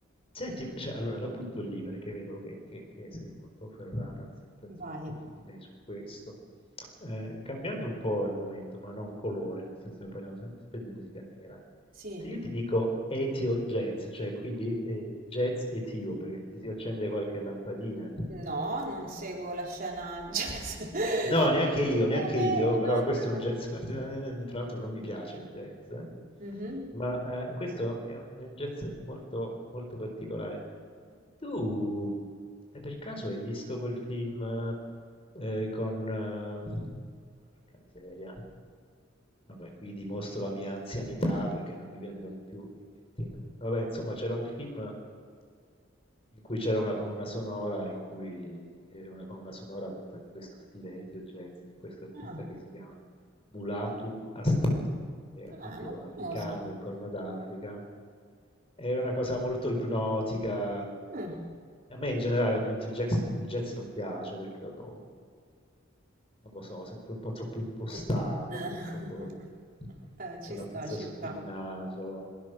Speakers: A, on the left; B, on the right.
A: Senti, invece, allora la butto lì perché vedo che, che- che sei molto ferrata, anzi penso
B: Vai.
A: molto più di me su questo. Eh, cambiando un po' argomento, ma non colore, nel senso che parliamo sempre sempre di musica nera.
B: Sì.
A: Se io ti dico etio jazz, cioè quindi eh, jazz etiope, ti si accende qualche lampadina?
B: No, non seguo la scena jazz <laughs> etiope,
A: No, neanche io, neanche io, però
B: non...
A: questo è un jazz particolare, fra l'altro non mi piace il jazz, eh.
B: Mhm.
A: ma eh, questo è un, è un jazz molto, molto particolare. Tu eh, per caso hai visto quel film? Ehm, con Eh, porca miseria. Vabbè, qui dimostro la mia anzianità perché non mi vengono più in mente i nomi. Vabbè, insomma, c'era un film in cui c'era una colonna sonora in cui era una colonna sonora tutta di questo stile ethio jazz, di questo artista
B: Ah,
A: che si chiama Mulatu Astake, ed è appunto
B: ah, non
A: africano
B: conosco.
A: del Corno d'Africa. È una cosa molto ipnotica,
B: Mm.
A: a me in generale appunto il jazz, il jazz non piace perché lo trovo, non lo so, sempre un po' troppo impostato,
B: Sì. Eh,
A: un po' troppo
B: <laughs> eh, ci
A: con la
B: sta,
A: puzza
B: ci
A: sotto
B: sta.
A: il naso.